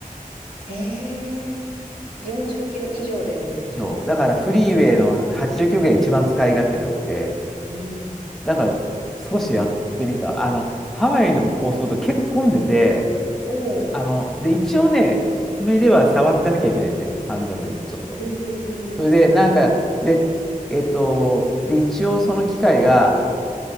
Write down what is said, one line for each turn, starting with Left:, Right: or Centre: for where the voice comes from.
Right: へえ。40キロ以上でですもんね。
Centre: 以上。だからフリーウェイの80キロぐらいが一番使い勝手が良くて、
Right: うん。
Centre: だから少しやってみた。あの、ハワイの高速道路結構混んでて、
Right: おー。
Centre: あの、で、一応ね、目では触ってなきゃいけないのね、ハンドルに、ちょっと。
Right: うんうんうん
Centre: それで、なんか、で、えっと、で、一応その機械が、